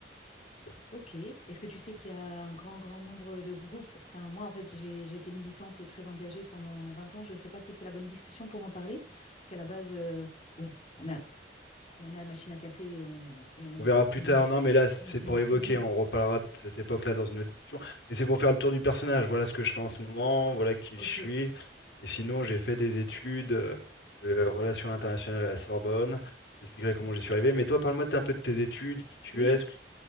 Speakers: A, on the left; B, on the left.
A: Voilà.
B: Ok. Est-ce que tu sais qu'il y a un grand, grand nombre de groupes? Enfin, moi en fait, j'ai, j'ai été militante et très engagée pendant 20 ans. Je ne sais pas si c'est la bonne discussion pour en parler, parce qu'à la base, euh, bon, on a, on a la machine à café et on, et on,
A: On verra plus
B: et
A: tard.
B: on discute.
A: Non, mais là, c'est
B: Ok.
A: pour évoquer.
B: Mm, mm.
A: On reparlera de cette époque-là dans une autre discussion. Mais c'est pour faire le tour du personnage. Voilà ce que je fais en ce moment. Voilà qui
B: Ok.
A: je suis. Et sinon, j'ai fait des études euh, de relations internationales à la Sorbonne. Je t'expliquerai comment j'y suis arrivé. Mais toi, parle-moi un peu de tes études, qui tu
B: Oui.
A: es. ce que-